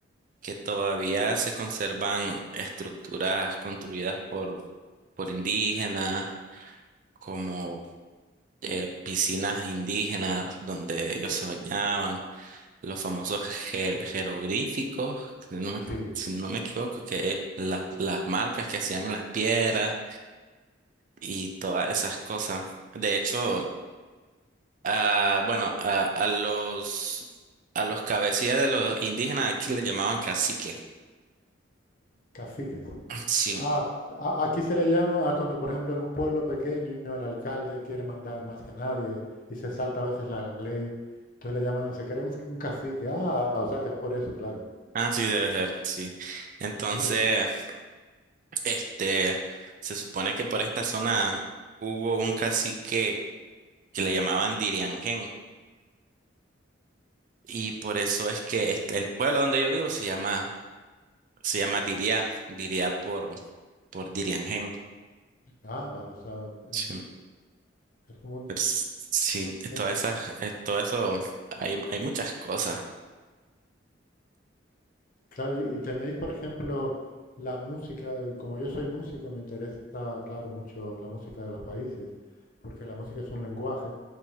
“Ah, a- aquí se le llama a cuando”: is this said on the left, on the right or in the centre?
Left